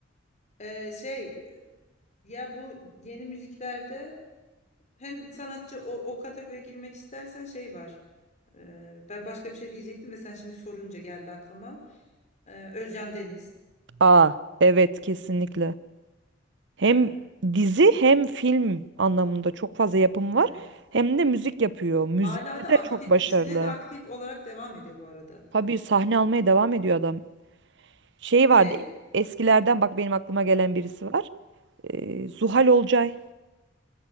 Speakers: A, on the left (about 40°); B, on the right (about 65°).
A: Ee, şey e, ya bu yeni müziklerde hem sanatçı o, o kategoriye girmek istersen şey var. Ee, ben başka bir şey diyecektim de sen şimdi sorunca geldi aklıma. Ee, Özcan Deniz,
B: Aa evet kesinlikle. Hem
A: değil mi?
B: dizi hem film anlamında çok fazla yapım var.
A: Evet.
B: Hem de müzik yapıyor. Müzikte
A: Hala da
B: de
A: aktif.
B: çok başarılı.
A: Üçüne de aktif olarak devam ediyor bu arada.
B: Tabii sahne almaya devam ediyor adam. Şey
A: Şey,
B: vardı eskilerden bak benim aklıma gelen birisi var. Ee, Zuhal Olcay.